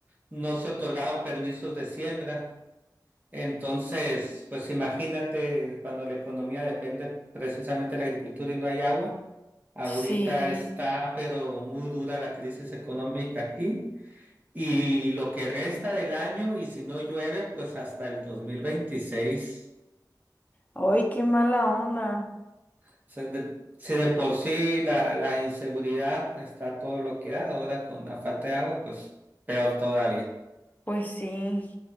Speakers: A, on the right; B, on the left.
A: no se otorgaron permisos de siembra. Entonces, pues imagínate cuando la economía depende precisamente de la agricultura y no hay agua. Ahorita
B: sí.
A: está, pero muy dura la crisis económica aquí. Y lo que resta del año, y si no llueve, pues hasta el 2026.
B: Ay, qué mala onda.
A: O sea, de- si de por sí la, la inseguridad está todo lo que da, ahora con la falta de agua, pues peor todavía.
B: Pues sí.